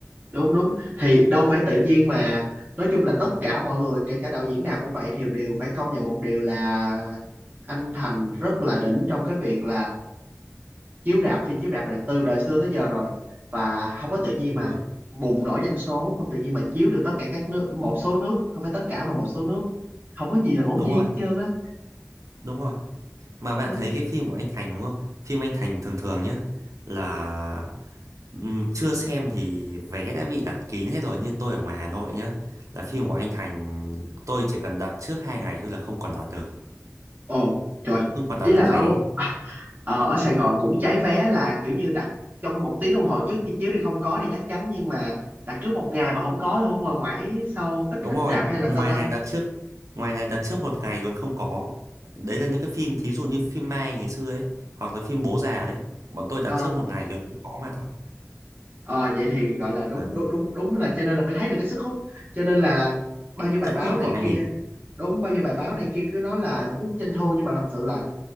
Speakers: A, on the right; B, on the right.
A: đúng đúng thì đâu phải tự nhiên mà nói chung là tất cả mọi người kể cả đạo diễn nào cũng vậy thì đều phải công nhận một điều là anh Thành rất là đỉnh trong cái việc là chiếu rạp phim chiếu rạp rồi từ đời xưa tới giờ rồi và không có tự nhiên
B: Đúng
A: mà
B: rồi.
A: bùng nổ doanh số không tự nhiên mà chiếu được tất cả các nước một số nước không phải tất cả mà một số nước không có gì là ngẫu
B: đúng
A: nhiên
B: rồi
A: hết trơn á
B: Đúng rồi. Mà bạn
A: Đó.
B: thấy cái phim của anh Thành đúng không? Phim anh Thành thường thường nhá là ừm, chưa xem thì vé đã bị đặt kín hết rồi như tôi ở ngoài Hà Nội nhá. Là phim của anh Thành tôi chỉ cần đặt trước hai ngày thôi là không còn đặt được.
A: ồ trời
B: Không còn đặt
A: ý là
B: được
A: ở
B: vé.
A: à, ờ, ở Sài Gòn cũng cháy vé là kiểu như đặt trong một tiếng đồng hồ trước khi chiếu thì không có thì chắc chắn nhưng mà đặt trước một ngày mà không có luôn ở ngoài ngoại sau ít
B: Đúng
A: ít
B: rồi,
A: rạp hay là
B: ngoài
A: sao ta
B: này đặt trước ngoài này đặt trước một ngày còn không có. Đấy là những cái phim thí dụ như phim Mai ngày xưa ấy hoặc là phim Bố già đấy. Bọn tôi đặt
A: Ờ
B: trước một ngày còn không có mà đặt.
A: Ờ vậy thì gọi là đúng
B: Đấy,
A: đúng đúng đúng là cho nên là mới thấy được cái sức hút cho nên là bao nhiêu bài
B: sức
A: báo
B: hút
A: này
B: của anh
A: kia
B: ấy.
A: đúng bao nhiêu bài báo này kia cứ nói là út doanh thu nhưng mà thật sự là